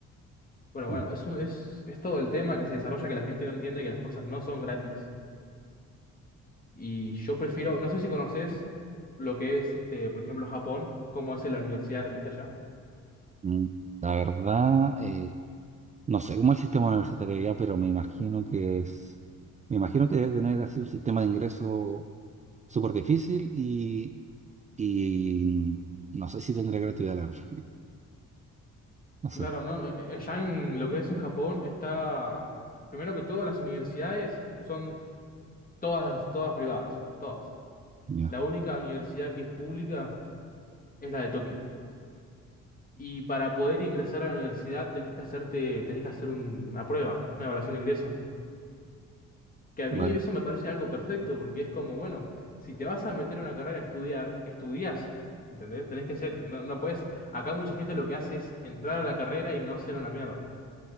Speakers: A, on the left (about 30°); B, on the right (about 25°).
A: Bueno,
B: ujú.
A: bueno, eso es, es todo el tema que se desarrolla que la gente no entiende que las cosas no son gratis. Y yo prefiero, no sé si conoces lo que es este, por ejemplo, Japón, cómo es la universidad gratuita allá.
B: Mm, La verdad, eh, no sé cómo es el sistema universitario ya, pero me imagino que es, me imagino que debe tener así un sistema de ingreso súper difícil y Y no sé si tendré gratuidad, la verdad. <laughs> No
A: Claro,
B: sé.
A: no, eh, allá en lo que es en Japón está, primero que todo, las universidades son todas, todas privadas, todas.
B: Ya.
A: La única universidad que es pública es la de Tokio. Y para poder ingresar a la universidad tenés que hacerte, tenés que hacer un- una prueba, una evaluación de ingreso. Que a
B: vale
A: mí eso me parece algo perfecto, porque es como, bueno, si te vas a meter en una carrera a estudiar, estudias, ¿entendés? Tenés que ser, no, no puedes, acá mucha gente lo que hace es entrar a la carrera y no hacer una mierda.